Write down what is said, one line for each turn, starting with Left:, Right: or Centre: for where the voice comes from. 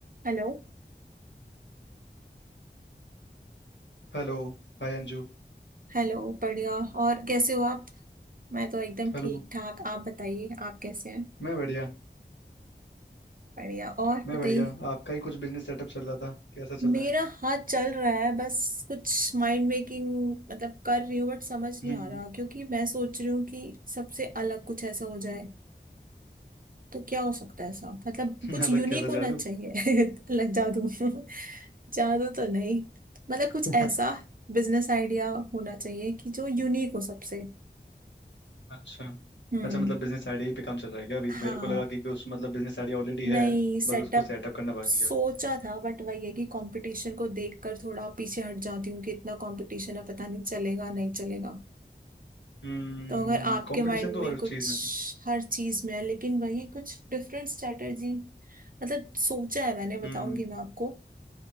Right: Hello
Left: Hello Hi Anju
Right: Hello बढ़िया और कैसे हो आप मैं तो एकदम
Left: Hello
Right: ठीक ठाक आप बताइए आप कैसे हैं
Left: मैं बढ़िया
Right: बढ़िया और
Left: मैं
Right: बताइए
Left: बढ़िया आपका ही कुछ बिजनेस सेटअप चल रहा था कैसा चल
Right: मेरा
Left: रहा है
Right: हाथ चल रहा है बस कुछ माइंड मेकिंग मतलब कर रही हूँ बट समझ नहीं
Left: हम्म
Right: आ रहा क्योंकि मैं सोच रही हूँ कि सबसे अलग कुछ ऐसा हो जाए तो क्या हो सकता है ऐसा मतलब
Left: <laughs>
Right: कुछ
Left: अलग
Right: यूनिक
Left: कैसा
Right: होना
Left: जादू
Right: चाहिए <laughs> अलग जादू <laughs> जादू तो नहीं मतलब
Left: <laughs>
Right: कुछ ऐसा बिजनेस आइडिया होना चाहिए कि जो यूनिक हो सबसे
Left: अच्छा
Right: हम्म
Left: अच्छा मतलब बिजनेस आइडिया ही पे काम चल रहा है क्या अभी
Right: हाँ
Left: मेरे को लगा कि कि उस मतलब बिजनेस आइडिया ऑलरेडी
Right: नहीं
Left: है
Right: सेटअप
Left: बस उसको सेटअप करना बाकी
Right: सोचा
Left: है
Right: था बट वही है कि कंपटीशन को देखकर थोड़ा पीछे हट जाती हूँ कि इतना कंपटीशन है पता नहीं चलेगा नहीं चलेगा
Left: हम्म
Right: तो अगर आपके
Left: कंपटीशन
Right: माइंड
Left: तो
Right: में
Left: हर
Right: कुछ
Left: चीज में
Right: हर चीज में है लेकिन वही कुछ डिफरेंट स्ट्रेटजी मतलब सोचा है मैंने बताऊंगी
Left: हम्म
Right: मैं आपको